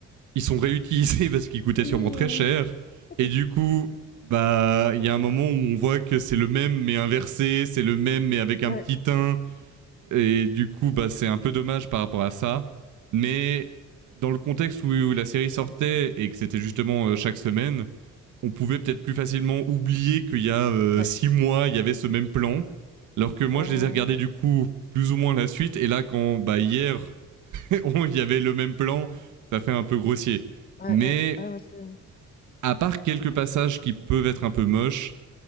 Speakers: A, on the right; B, on the left.
A: ils sont réutilisés <laughs> parce qu'ils coûtaient
B: Oui,
A: sûrement très
B: oui,
A: cher,
B: oui,
A: et
B: oui.
A: du coup, bah, il y a un moment où on voit que c'est le même mais inversé, c'est le même mais avec
B: Ouais,
A: un petit teint, et du coup, bah, c'est un peu dommage par rapport à ça. Mais dans le contexte où, où la série sortait et que c'était justement euh, chaque semaine, on pouvait peut-être plus facilement oublier qu'il y a euh,
B: ouais,
A: six mois, il y avait ce même plan. Alors que moi,
B: ouais. ouais,
A: je les ai regardés
B: ouais.
A: du coup plus ou moins la suite. Et là, quand bah, hier, il <laughs> y avait le même plan, ça fait un peu grossier.
B: Ouais,
A: Mais
B: ouais, ouais, ouais, c'est-
A: à part quelques passages qui peuvent être un peu moches,